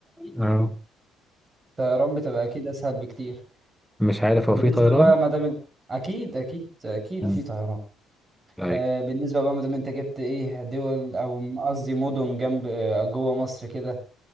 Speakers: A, in the centre; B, on the right.
A: أه
B: الطيران بتبقى أكيد أسهل بكتير
A: مش عارف هو
B: بالنسبة
A: في طيران؟
B: بقى ما دام إنت- أكيد أكيد أكيد
A: مم.
B: في طيران
A: طيب
B: أه بالنسبة بقى ما دام أنت جبت إيه دول أو قصدي مدن جنب آه، جوه مصر كده